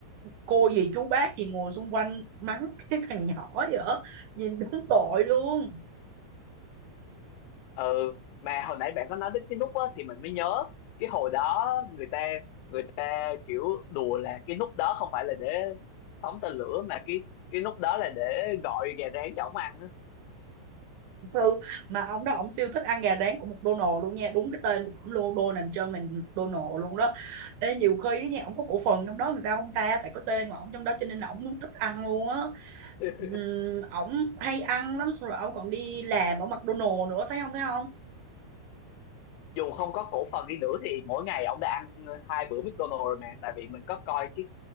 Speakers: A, on the right (about 70°); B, on the left (about 85°).
A: cô dì chú bác thì ngồi xung quanh mắng cái thằng nhỏ vậy đó nhìn đúng tội luôn
B: ừ mà hồi nãy bạn có nói đến cái nút á thì mình mới nhớ cái hồi đó người ta người ta kiểu đùa là cái nút đó không phải là để phóng tên lửa mà cái cái nút đó là để gọi gà rán cho ổng ăn á.
A: ừ mà ông đó ông siêu thích ăn gà rán của McDonald luôn nha đúng cái tên của ổng luôn Donald Trump là McDonald luôn đó Ê, nhiều khi á nha ổng có cổ phần trong đó làm sao không ta tại có tên của ổng trong đó cho nên là ổng luôn thích ăn luôn á
B: <laughs>
A: Ừm, ổng hay ăn lắm xong rồi ổng còn đi làm ở McDonald nữa thấy không thấy không
B: dù không có cổ phần đi nữa thì mỗi ngày ông đã ăn hai bữa McDonald's rồi mà tại vì mình có coi cái